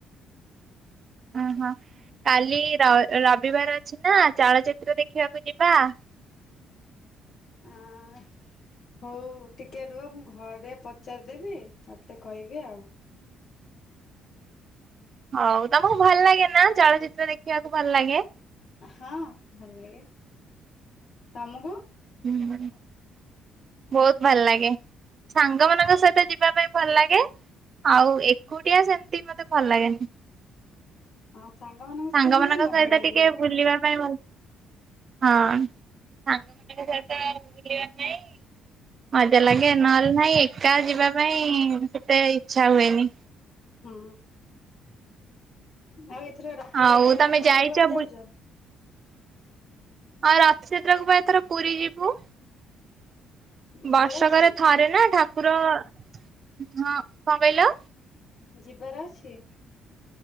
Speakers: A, on the right; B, on the left.
A: ଓହୋ କାଲି ରବିବାର ଅଛି ନା ଚଳଚିତ୍ର ଦେଖିବାକୁ ଯିବା? <inaudible>
B: ହଁ ହଉ ଟିକେ ରୁହ ମୁଁ ଘରେ ପଚାରିଦେବି ତାପେ କହିବି ଆଉ
A: ହଉ ତମକୁ ଭଲ ଲାଗେ ନା ଚଳଚିତ୍ର ଦେଖିବାକୁ ଭଲ ଲାଗେ?
B: ହଁ ଭଲ ଲାଗେ ତମକୁ?
A: ହୁଁ ହଁ ବହୁତ ଭଲ ଲାଗେ ସାଙ୍ଗ ମାନଙ୍କ ସହିତ ଯିବା ପାଇଁ ଭଲ ଲାଗେ। ଆଉ ଏକୁଟିଆ ସେମିତି ମତେ ଭଲ ଲାଗେନି।
B: ହଁ। ସାଙ୍ଗମାନଙ୍କ ସହିତ
A: ସାଙ୍ଗମାନଙ୍କ
B: ଯିବୁ ମଜା
A: ସହିତ
B: ଲାଗିବ
A: ଟିକେ ବୁଲିବା ପାଇଁ ଭଲ ହଁ। <inaudible> ମଜା ଲାଗେ ନହେଲେ ନହିଁ ଏକା ଯିବା ପାଇଁ ସେତେ ଇଚଛା ହୁଏନି।
B: ହୁଁ। ଆଉ ଏଥର ରଥ
A: ଆଉ
B: ଯାତ୍ରା
A: ତମେ
B: କୁ
A: ଯାଇଛ
B: କୁଆଡେ
A: ବୁ
B: ଯାଉଛ।
A: ଆଉ ରଥ ଯାତ୍ରା କ ପାଇଁ ଥର ପୁରୀ ଯିବୁ।
B: ଯିବାର
A: ବର୍ଷ
B: ଅଛି
A: କରେ ଥରେ ନା ଠାକୁର ହ କଣ କହିଲ।
B: ଯିବାର ଅଛି।